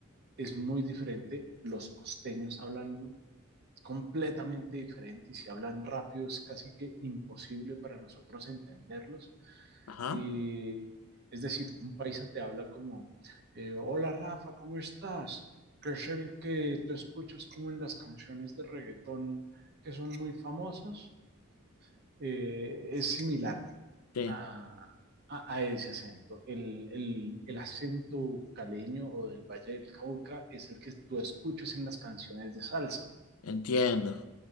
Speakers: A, on the right (about 50°); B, on the left (about 80°).
A: es muy diferente. Los costeños hablan completamente diferente y si hablan rápido es casi que imposible para nosotros entenderlos.
B: ajá,
A: Eh, es decir, un paisa te habla como, eh, hola Rafa, ¿cómo estás? Que es el que tú escuchas como en las canciones de reggaetón que son muy famosas. Eh, es similar
B: sí,
A: a, a, a ese acento. El, el, el acento caleño o del Valle del Cauca es el que tú escuchas en las canciones de salsa
B: entiendo.